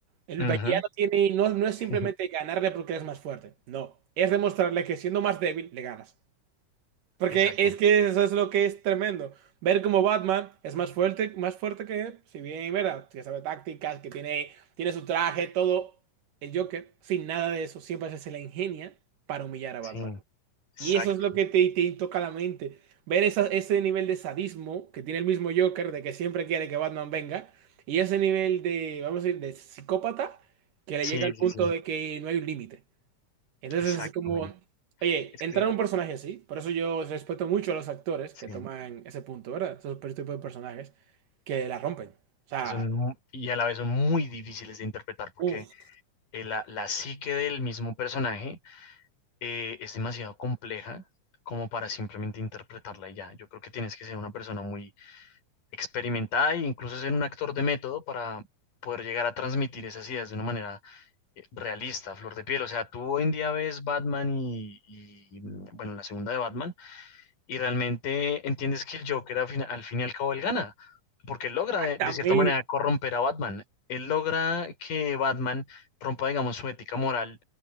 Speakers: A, on the right; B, on the left.
A: El
B: Ujú,
A: villano tiene, no, no es
B: <laughs>
A: simplemente
B: ujú.
A: ganarle porque eres más fuerte. No, es demostrarle que siendo más débil, le ganas. Porque
B: Exacto.
A: es que eso es lo que es tremendo. Ver cómo Batman es más fuerte, más fuerte que él, si bien, ¿verdad? Que sabe tácticas, que tiene, tiene su traje, todo. El Joker, sin nada de eso, siempre se la ingenia para humillar a
B: Sí,
A: Batman.
B: exacto.
A: Y eso es lo que te, te toca la mente. Ver esa- ese nivel de sadismo que tiene el mismo Joker, de que siempre quiere que Batman venga, y ese nivel de, vamos a decir, de psicópata, que le
B: Sí,
A: llega al punto
B: sí, sí,
A: de que no hay un límite. Entonces
B: exacto,
A: es como,
B: men.
A: oye,
B: Es que,
A: entrar a un personaje así, por eso yo respeto mucho a los actores
B: sí,
A: que toman ese punto, ¿verdad? Esos per- tipos de personajes que la rompen. O sea,
B: que son, mu- y a la vez son muy difíciles de interpretar porque
A: uff,
B: eh, la, la psique del mismo personaje eh, es demasiado compleja como para simplemente interpretarla y ya. Yo creo que tienes que ser una persona muy experimentada e incluso ser un actor de método para poder llegar a transmitir esas ideas de una manera eh, realista, a flor de piel. O sea, tú hoy en día ves Batman y, y, mm, bueno, la segunda de Batman y realmente entiendes que el Joker al fin, al fin y al cabo él gana, porque él logra
A: exactamente,
B: de, de cierta manera corromper a Batman. Él logra que Batman rompa, digamos, su ética moral